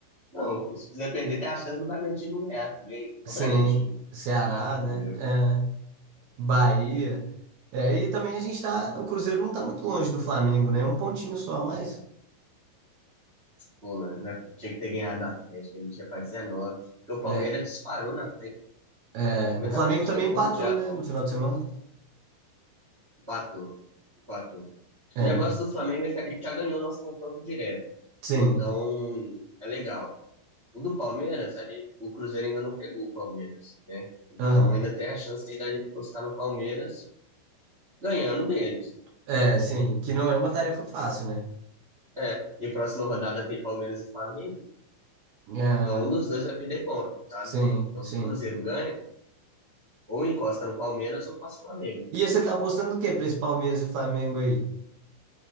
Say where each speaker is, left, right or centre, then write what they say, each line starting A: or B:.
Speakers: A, on the right; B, on the right.
A: Não, pô, se quiser perder, tem a chance do Bragantino ganhar também.
B: Sim.
A: É o Bragantino,
B: Ceará,
A: entendeu?
B: né? É. Bahia. É, e também a gente tá. O Cruzeiro não tá muito longe do Flamengo, né? Um pontinho só a mais.
A: Pô, mano, né? Tinha que ter ganhado do Atlético, a gente ia pra 19. Porque o Palmeiras
B: É,
A: disparou, né? O
B: é,
A: Palmeiras
B: o Flamengo
A: tá com 22
B: também
A: pontos
B: empatou,
A: já,
B: né? No final de semana.
A: empatou. Empatou.
B: É,
A: O negócio do Flamengo é que a gente já ganhou nosso confronto direto.
B: sim.
A: Então, é legal. O do Palmeiras, ali, o Cruzeiro ainda não pegou o Palmeiras, né? Então
B: Aham.
A: ainda tem a chance aí da gente postar no Palmeiras ganhando deles.
B: É, sim. Que não é uma tarefa fácil, né?
A: É, e próxima rodada tem Palmeiras e Flamengo.
B: É,
A: Então um dos dois vai perder ponto, sabe?
B: sim,
A: Então
B: sim.
A: se o Cruzeiro ganha, ou encosta no Palmeiras ou passa o Flamengo.
B: E você tá apostando o quê pra esse Palmeiras e Flamengo aí?